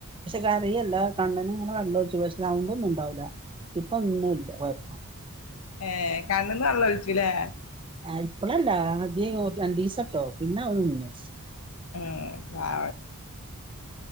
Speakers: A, on the right; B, on the left.
A: കറരയല്ല കണ്ണന് ഇങ്ങനെ വെള്ളം ഒഴച്ച് വെച്ച് പക്ഷെ സൗണ്ടൊന്നും ഉണ്ടാവുല്ല ഇപ്പൊ ഒന്നും ഇല്ലകൊയപ്പം
B: ഏഹ് കണ്ണ്ന്ന് വെള്ളം ഒല്ച്ചുലേ
A: ആ ഇപ്പളല്ല അദ്യ രണ്ട്സർട്ടോ പിന്നെ അവ നിന്നു
B: എഹ് ആ